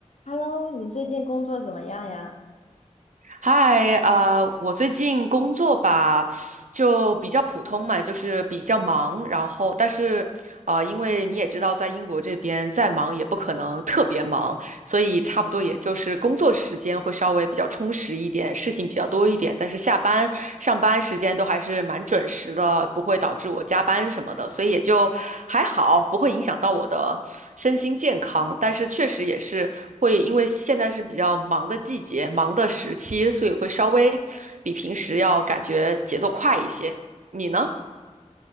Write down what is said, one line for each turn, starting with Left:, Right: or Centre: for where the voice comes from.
Left: Hello，你最近工作怎么样呀？
Right: 嗨，呃，我最近工作吧，就比较普通嘛，就是比较忙，然后但是，呃，因为你也知道，在英国这边再忙也不可能特别忙，所以差不多也就是工作时间会稍微比较充实一点，事情比较多一点，但是下班、上班时间都还是蛮准时的，不会导致我加班什么的，所以也就还好，不会影响到我的身心健康。但是确实也是会，因为现在是比较忙的季节、忙的时期，所以会稍微比平时要感觉节奏快一些。你呢？